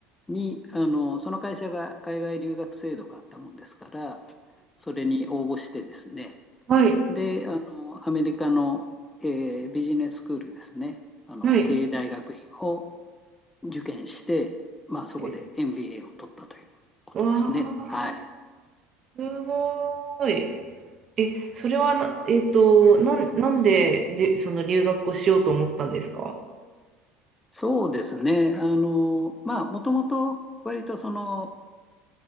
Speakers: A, on the left; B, on the right.
A: に、あの、その会社が海外留学制度があったもんですから、それに応募してですね、
B: はい、
A: で、あの、アメリカの、えービジネススクールですね、あの、
B: はい。
A: 経営大学院を受験して、まあ、そこで
B: え
A: MBA を取ったということですね。
B: わー、
A: はい。
B: すごい。え、それはな、えっと、なん、なんで、で、その留学をしようと思ったんですか
A: そうですね。あの、まあ、もともと割とその、